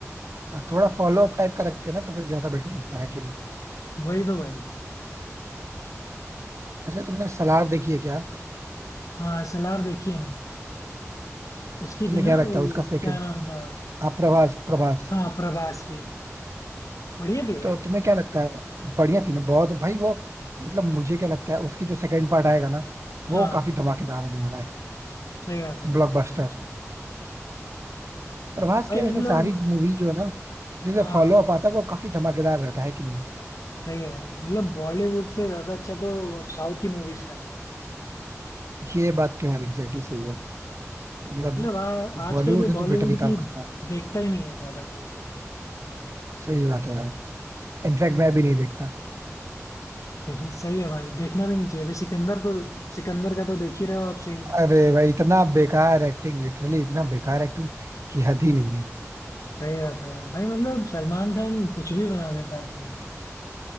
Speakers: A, on the right; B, on the left.
A: हाँ, थोड़ा फॉलो अप टाइप का रखते हैं ना तो फिर ज्यादा बेटर लगता है कि नहीं
B: वही तो भाई
A: वैसे तुमने सलार देखी है क्या
B: हाँ सलार देखी है मैंने उसकी
A: तुम्हें
B: थी ना
A: क्या लगता
B: वो
A: है उसका सेकंड
B: क्या नाम था
A: हाँ प्रभास प्रभास
B: हाँ प्रभास की बढ़िया थी भाई
A: तो तुम्हें क्या लगता है बढ़िया थी ना बहुत भाई वो मतलब मुझे क्या लगता है उसकी जो सेकंड पार्ट आएगा ना वो
B: हाँ
A: काफी धमाकेदार होने वाला है
B: सही बात है भाई
A: ब्लॉकबस्टर प्रभास
B: भाई
A: की
B: मतलब
A: वैसे सारी मूवी जो है ना जैसे
B: हाँ
A: फॉलो अप आता है वो काफी धमाकेदार रहता है कि नहीं
B: सही है भाई मतलब बॉलीवुड से ज्यादा अच्छा तो अब साउथ की मूवीज कर रही है
A: ये बात तो यार एग्जैक्टली सही है मतलब
B: मतलब आ- आजकल
A: बॉलीवुड
B: कोई
A: है तो
B: बॉलीवुड
A: बेटर ही
B: की
A: काम करता है
B: देखता ही नहीं है ज्यादा कोई
A: सही बात है यार इनफैक्ट मैं भी नहीं देखता
B: <laughs> सही है भाई देखना भी नहीं चाहिए अभी सिकंदर तो सिकंदर का तो देख ही रहे हो आप सीन
A: अरे भाई इतना बेकार एक्टिंग लिटरली इतना बेकार एक्टिंग की हद ही नहीं है
B: सही बात है भाई भाई, मतलब सलमान खान कुछ भी बना देता है अपना